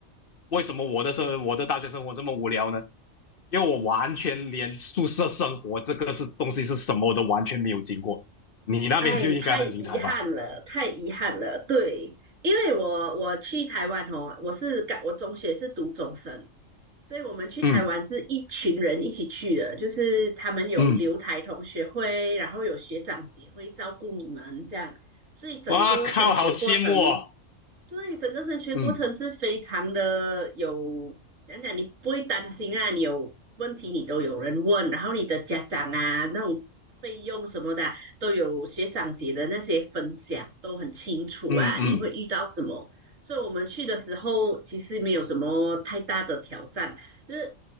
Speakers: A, on the left; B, on the right.
A: 为什么我的生我的大学生活这么无聊呢？因为我完全连宿舍生活这个是东西是什么我都完全没有经过，你那边就应该很精彩吧？
B: 哎，太遗憾了，太遗憾了。对，因为我我去台湾哦，我是感我中学是读中生，所以我们去台湾是一群人一起去的，
A: 嗯
B: 就是他们有留台同学会，
A: 嗯。
B: 然后有学长姐会照顾你们这样，所以整个升学过程
A: 哇靠，好羡慕哦！
B: 对，整个升学过程是非常的有，
A: 嗯
B: 讲讲你不会担心啊，你有问题你都有人问，然后你的家长啊那种费用什么的啊都有学长姐的那些分享都很清楚啊，
A: 嗯嗯
B: 你会遇到什么？所以我们去的时候其实没有什么太大的挑战，就是